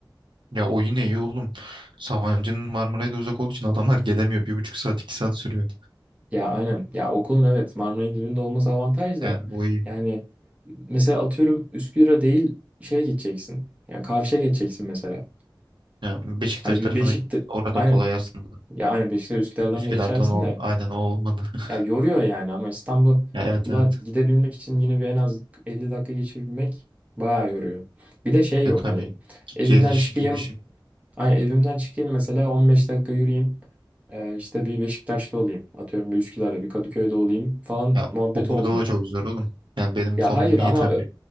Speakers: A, on the right; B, on the right.
A: Ya o yine iyi oğlum. Sabancı'nın Marmaray'da uzak olduğu için adamlar gelemiyor. Bir buçuk saat iki saat sürüyor.
B: Ya aynen. Ya okulun evet Marmaray'ın dibinde olması avantaj da.
A: Yani o iyi.
B: Yani mesela atıyorum Üsküdar'a değil şeye gideceksin. Yani karşıya geçeceksin mesela.
A: Ya Beşiktaş
B: Hani bir
A: tarafına
B: Beşik'te
A: orada
B: aynen
A: kolay aslında.
B: ya aynen Beşiktaş Üsküdar'dan
A: Üsküdar'dan
B: da geçersin
A: on,
B: de
A: aynen o olmadı. <laughs>
B: Ya yoruyor yani ama İstanbul'a
A: Ya evet evet.
B: gidebilmek için yine bir en az 50 dakika geçirmek bayağı yoruyor. Bir de şey
A: Ya
B: yok
A: tabii
B: hani evimden
A: gelişi
B: çıkayım,
A: gidişi.
B: hani evimden çıkayım mesela 15 dakika yürüyeyim. Ee, işte bir Beşiktaş'ta olayım. Atıyorum bir Üsküdar'da bir Kadıköy'de olayım falan
A: Ya
B: muhabbeti
A: o burada
B: olmuyor.
A: da çok zor oğlum. Yani benim
B: Ya
A: konumum
B: hayır ama
A: iyi tabii.
B: ö-